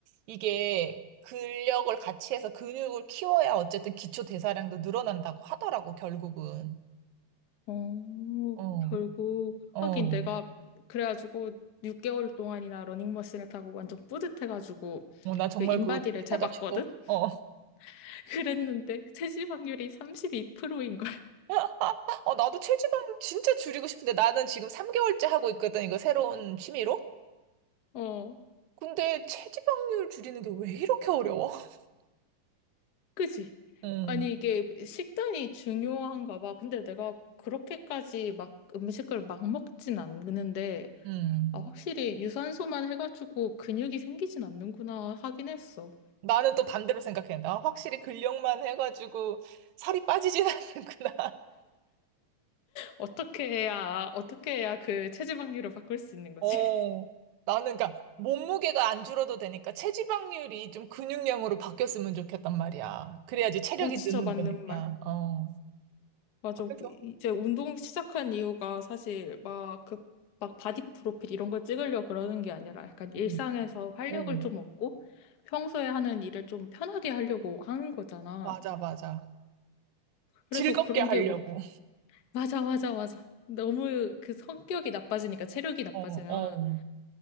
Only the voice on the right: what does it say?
이게 근력을 같이 해서 근육을 키워야 어쨌든 기초 대사량도 늘어난다고 하더라고, 결국은.
어,
어.
어, 나 정말
그거 최고다,
최고. 어.
<laughs> 어, 나도 체지방 진짜 줄이고 싶은데 나는 지금 3개월째 하고 있거든, 이거 새로운 취미로.
근데 체지방률 줄이는 게 왜 이렇게 어려워? <laughs>
음,
음.
나는 또 반대로 생각해. 나 확실히 근력만 해가지고 살이 빠지진 <laughs> 않는구나.
어,
나는 그러니까 몸무게가 안 줄어도 되니까 체지방률이 좀 근육량으로 바뀌었으면 좋겠단 말이야. 그래야지 체력이
느는
거니까.
어.
그래서,
음,
어.
맞아, 맞아.
즐겁게
하려고.
어, 어.